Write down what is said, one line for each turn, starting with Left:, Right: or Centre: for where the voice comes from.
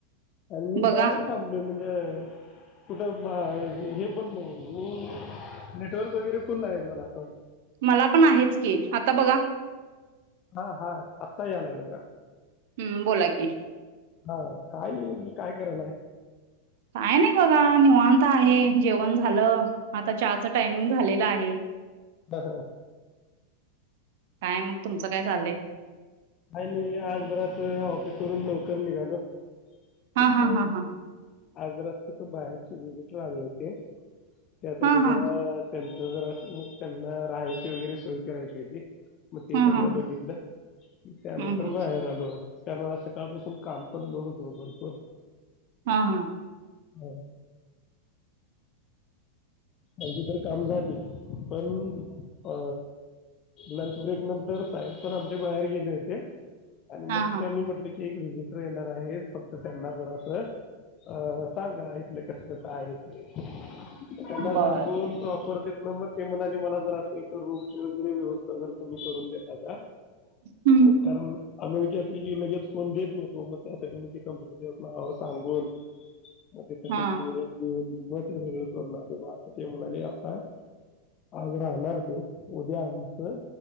Left: आणि मी
Right: बघा
Left: बाहेर थांबलोय. म्हणजे कुठं हे पण नाही नेटवर्क वगैरे फुल आहे मला पण.
Right: मला पण आहेच की आता बघा
Left: हा, हा आता यालाय बघ.
Right: हम्म बोला की
Left: हा काय नई म्हंटल काय करालाय?
Right: काय नाही बघा निवांत आहे. जेवण झालं आता चहाच टायमिंग झालेलं आहे.
Left: हा, हा.
Right: काय मग तुमचं काय चाललंय?
Left: काही नाही आज जरासं ऑफिसवरून लवकर निघालो.
Right: हा,
Left: म्हटलं
Right: हा, हा, हा.
Left: आज जरा कसं बाहेरचे विजिटर आले होते. त्यासाठी
Right: हा
Left: जरा
Right: हा
Left: त्यांच जरा मग त्यांना राहायची वगैरे सोय करायची होती. मग ते
Right: हा
Left: सगळं
Right: हा
Left: बघितलं त्यानंतर
Right: हम्म हम्म
Left: बाहेर आलो. त्यामुळे आज सकाळपासून काम पण लोड होत ओ भरपूर.
Right: हा, हा.
Left: <unintelligible> माझी तर काम झाली, पण अ लंच ब्रेकनंतर साहेब पण आमचे बाहेर गेले होते आणि
Right: हा
Left: मग
Right: हा
Left: त्यांनी म्हंटले की एक व्हिजिटर येणार आहेत. फक्त त्यांना जरासं अ सांगा इथले कसं कसं आहे ते. त्यांना
Right: बर
Left: सांगून प्रॉपर ना मग ते म्हणाले मला जर असं इथ रूम वगैरे व्यवस्था जरा तुम्ही करून देता का?
Right: हम्म
Left: मग कारण अनोळखी असली की लगेच कोन देत नाही रूम. मग त्यासाठी मग ती कंपनीच नाव वगैरे सांगून मग तिथे त्यांची
Right: हा
Left: <unintelligible> मग ते सगळं करून आलो. मग आता ते म्हणाले आता आज राहणार ते उद्या आमचं